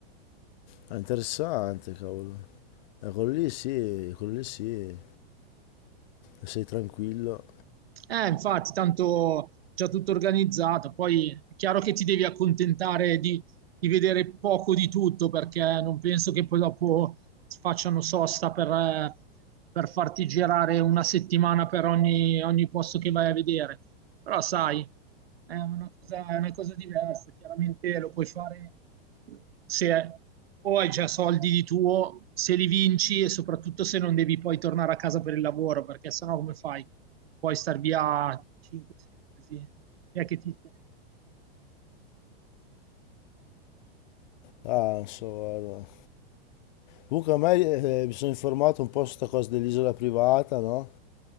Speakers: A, on the left (about 45°); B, on the right (about 75°).
A: È interessante, cavolo. Eh, quello lì sì, quello lì sì, sei tranquillo.
B: Eh, infatti, tanto già tutto organizzato. Poi è chiaro che ti devi accontentare di, di vedere poco di tutto, perché non penso che poi dopo facciano sosta per, eh, per farti girare una settimana per ogni, ogni posto che vai a vedere. Però sai, è una cosa, è una cosa diversa. Chiaramente lo puoi fare se o hai già soldi di tuo, se li vinci e soprattutto se non devi poi tornare a casa per il lavoro, perché sennò come fai? Puoi star via 5-6 mesi. Chi è che ti tiene?
A: Ah, non so, guarda. Comunque a me eh, mi sono informato un po' su questa cosa dell'isola privata, no?